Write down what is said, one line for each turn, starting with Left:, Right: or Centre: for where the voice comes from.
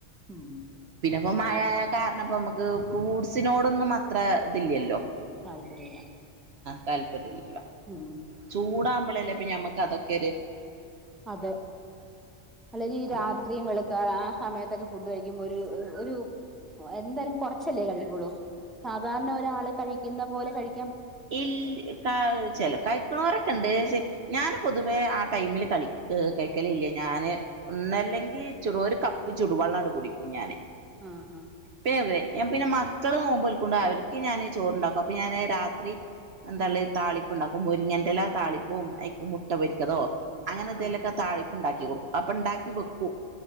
Centre: ഉം
Right: പ്പൊ മഴയായ കാരണം ഇപ്പ നമുക്ക് ഫ്രൂട്സിനോടൊന്നും അത്ര ഇതില്ലല്ലോ
Centre: താല്പര്യല്ല
Right: താല്പര്യമില്ല
Centre: ഉം
Right: ചൂടാവുമ്പോളല്ലേ അപ്പ ഞമ്മക്ക് അതൊക്കെര്
Centre: അതെ അല്ലെങ്കി രാത്രിയും
Right: അതെ
Centre: വെളക്കാർ ആ സമയത്തൊക്കെ ഫുഡ് കഴിക്കുമ്പോ ഒര് - ഒരു എന്തായാലും കൊറച്ചല്ലേ കഴിക്കുളൂ സാധാരണ ഒരാള് കഴിക്കുന്ന പോലെ കഴി
Right: ഇ ക ചെല കഴക്കണോരൊക്കെ ഉണ്ട് ഞാന പൊതുവെ ആ ടൈമില് കളി കഴിക്കലില്ല ഞാന് ഒന്നല്ലെങ്കിൽ ച ഒരു കപ്പ് ചുടുവെള്ളംട് കുടിക്കും ഞൻ
Centre: ആഹ്
Right: പിന്നെ പിന്നെ മക്കള് നോമ്പൊൽ പ്പുണ്ടാ അവർക്ക് ഞാന് ചോറ്ണ്ടാക്കും, അപ്പൊ ഞാന് രാത്രി എന്താള്ളത്
Centre: ആഹ്
Right: താളി പ്പ്ണ്ടാക്കും. മുരിങ്ങൻന്റെല താളിപ്പും അയ്ക്ക് മുട്ട പൊരിക്കലോ അങ്ങനെത്തേലൊക്കെ
Centre: ആഹ്
Right: താളിപ്പ് ണ്ടാക്കി കൊടുക്കും. അപ്പ ണ്ടാക്കി വെക്കൂ.